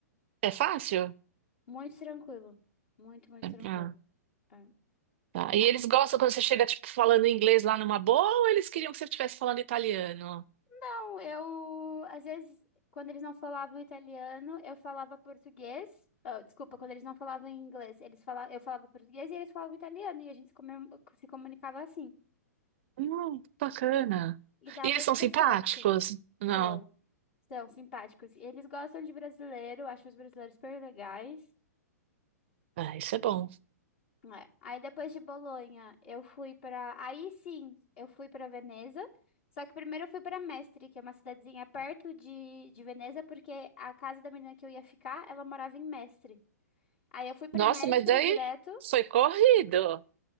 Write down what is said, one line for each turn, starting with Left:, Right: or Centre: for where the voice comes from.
Right: É fácil?
Left: Muito tranquilo. Muito, muito
Right: É-
Left: tranquilo.
Right: Ah,
Left: É.
Right: tá. E
Left: Ah,
Right: eles gostam quando você chega, tipo, falando inglês lá numa boa ou eles queriam que você estivesse falando italiano?
Left: Não, eu... Às vezes, quando eles não falavam italiano, eu falava português. Ah, desculpa, quando eles não falavam inglês, eles fala... eu falava português e eles falavam italiano e a gente se, comem- se comunicava assim.
Right: Hum, bacana.
Left: E dava
Right: E eles
Left: super
Right: são simpáticos?
Left: certo. São,
Right: Não.
Left: são simpáticos. E Eles gostam de brasileiro, acham os brasileiros super legais.
Right: Ah, isso é bom.
Left: É. Aí depois de Bolonha, eu fui pra. Aí sim, eu fui pra Veneza. Só que primeiro eu fui pra Mestre, que é uma cidadezinha perto de, de Veneza, porque a casa da menina que eu ia ficar, ela morava em Mestre. Aí eu fui pra
Right: Nossa,
Left: Mestre
Right: mas daí
Left: direto,
Right: foi corrido.